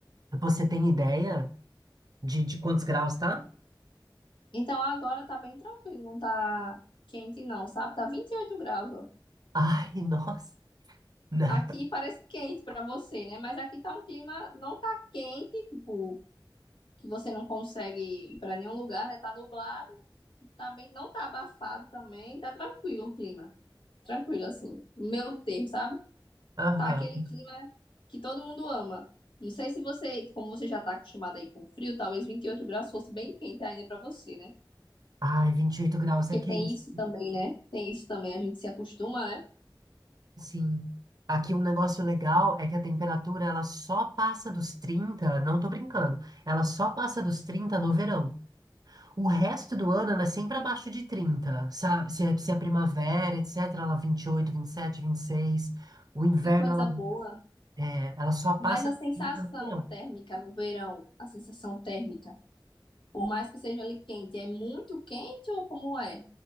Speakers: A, on the right (about 50°); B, on the left (about 75°).
A: Você tem ideia de, de quantos graus tá?
B: Então agora tá bem tranquilo, não tá quente não, sabe? Tá 28 graus, ó.
A: Ai, nossa. <laughs> Né?
B: Aqui parece quente para você, né? Mas aqui tá um clima, não tá quente, tipo, que você não consegue ir para nenhum lugar, né? Tá nublado, tá bem, não tá abafado também, tá tranquilo o clima. Tranquilo, assim, meu termo, sabe?
A: Aham.
B: Tá aquele clima que todo mundo ama. Não sei se você, como você já tá acostumado aí com frio, talvez 28 graus fosse bem quente ainda para você, né?
A: Ai, 28 graus
B: Porque
A: é quente.
B: tem isso também, né? Tem isso também, a gente se acostuma, né?
A: Sim. Aqui um negócio legal é que a temperatura ela só passa dos trinta não tô brincando, ela só passa dos 30 no verão. O resto do ano ela é sempre abaixo de trinta sabe? Se é, se é primavera, etc, ela vinte vinte e e oito vinte e sete vinte e seis O inverno
B: Que coisa
A: ela,
B: boa.
A: é, ela só passa
B: Mas a
A: dos
B: sensação
A: 30 no verão.
B: térmica no verão, a sensação térmica Por mais que seja ali quente, é muito quente ou como é?